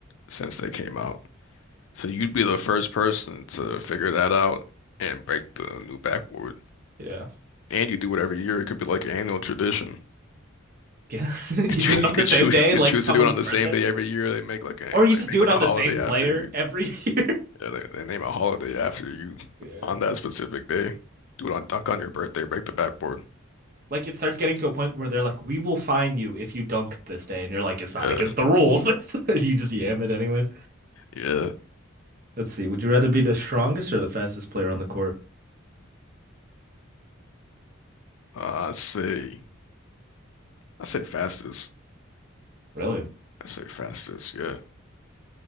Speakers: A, on the left; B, on the right.
A: since they came out. So you'd be the first person to figure that out and break the new backboard.
B: Yeah.
A: And you do it every year. It could be like an annual tradition.
B: Yeah. <laughs> You
A: Could
B: do
A: you
B: it on
A: <laughs> could
B: the same
A: choose
B: day,
A: could
B: like
A: choose
B: someone's
A: to do it on the
B: birthday?
A: same day every year. They make like a
B: Or you
A: they
B: just
A: make
B: do
A: like
B: it on
A: a
B: the
A: holiday
B: same player
A: after you.
B: every <laughs> year.
A: Yeah, they, they name a holiday after you
B: Yeah.
A: on that specific day. Do it on dunk on your birthday. Break the backboard.
B: like it starts getting to a point where they're like, "We will fine you if you dunk this day," and you're like, "It's not
A: Yeah,
B: against the rules." <laughs> you just yam it anyways.
A: yeah.
B: Let's see. Would you rather be the strongest or the fastest player on the court?
A: Uh, I say I say fastest.
B: Really?
A: I say fastest. Yeah,